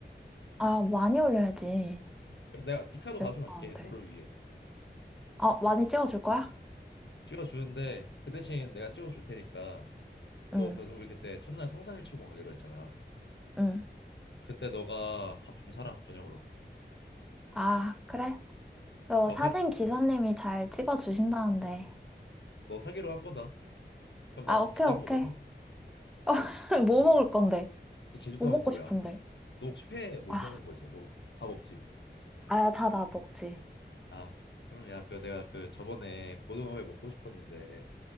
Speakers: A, in the centre; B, on the left.
A: 아, 많이 올려야지.
B: 어, 그래서 내가 디카도 가져갈게.
A: 여기 가는데.
B: 너를 위해.
A: 아, 많이 찍어줄 거야?
B: 찍어주는데 그 대신 내가 찍어줄 테니까
A: 응,
B: 너 그래서 우리 그때 첫날 성산일출봉 가기로 했잖아.
A: 응.
B: 그때 너가 밥 좀 사라 저녁으로.
A: 아, 그래. 어,
B: 너
A: 사진
B: 사,
A: 기사님이 잘 찍어주신다는데.
B: 너 사기로 한 거다. 그럼 나
A: 아,
B: 진짜
A: 오케이,
B: 비싼
A: 오케이.
B: 거 먹어.
A: <laughs> 뭐 먹을 건데?
B: 너 제주도
A: 뭐 먹고
B: 하면 뭐야?
A: 싶은데?
B: 너 혹시 회 못
A: 아,
B: 먹는 거 있어? 너 다 먹지?
A: 아야 다다 먹지.
B: 아 그럼 야 그 내가 그 저번에 고등어회 먹고 싶었는데